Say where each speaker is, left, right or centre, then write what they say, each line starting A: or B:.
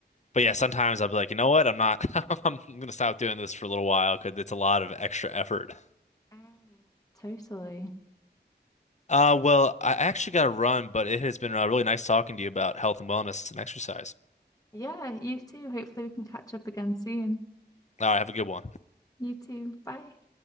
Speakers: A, on the left; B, on the left.
A: But yeah, sometimes I'll be like, you know what? I'm not. <laughs> I'm gonna stop doing this for a little while because it's a lot of extra effort.
B: Mm. Totally.
A: Uh, well, I actually got to run, but it has been uh, really nice talking to you about health and wellness and exercise.
B: Yeah, you too. Hopefully, we can catch up again soon.
A: All right, have a good one.
B: You too. Bye.